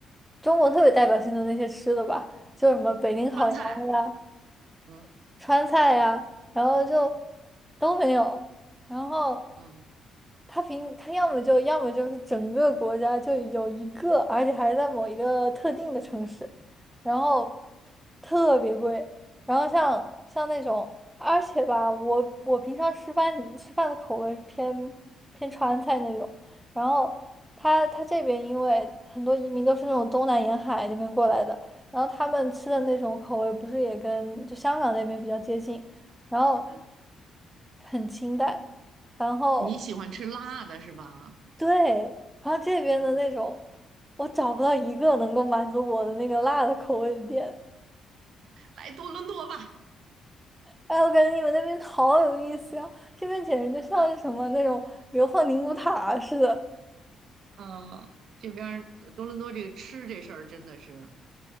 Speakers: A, in the centre; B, on the right (about 65°).
A: 中国特别代表性的那些吃的吧，就什么北京烤鸭呀。
B: 川菜，嗯
A: 川菜呀，然后就都没有。然后
B: 嗯
A: 他平他要么就要么就是整个国家就有一个，而且还在某一个特定的城市，然后特别贵。然后像像那种，而且吧，我我平常吃饭吃饭的口味偏偏川菜那种，然后他他这边因为很多移民都是那种东南沿海那边过来的。然后他们吃的那种口味不是也跟就香港那边比较接近，然后
B: 嗯，
A: 很清淡，然后
B: 你喜欢吃辣的是吧？
A: 对，然后这边的那种，
B: 嗯，
A: 我找不到一个能够满足我的那个辣的口味的店。
B: 来多伦多吧。
A: 哎，我感觉你们那边好有意思呀，这边简直就像是什么那种流放宁古塔啊似的。
B: 啊，这边儿多伦多这个吃这事儿真的是